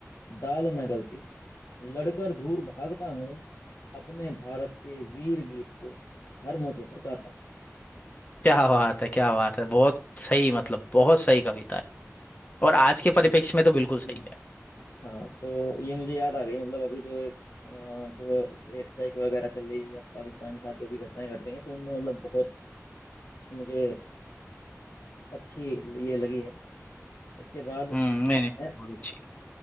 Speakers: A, on the left (about 85°); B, on the left (about 30°).
A: दाल ना गलती लड़कर दूर भागता हूँ अपने भारत के वीर गीत को हर मौके पर गाता हूँ
B: क्या बात है क्या बात है बहुत सही मतलब बहुत सही कविता है और आज के
A: इसके
B: परिप्रेक्ष्य
A: लिए
B: में तो बिल्कुल सही
A: जी
B: है
A: हाँ तो ये मुझे याद आ गई मतलब अभी जो अ, जो एयर स्ट्राइक वगैरह चल रही है या पाकिस्तान के साथ जो भी घटनाएं घट रही हैं तो उनमें मतलब बहुत मुझे अच्छी ये लगी है इसके बाद
B: हम्म नहीं
A: आता
B: नहीं
A: है
B: बहुत अच्छी है।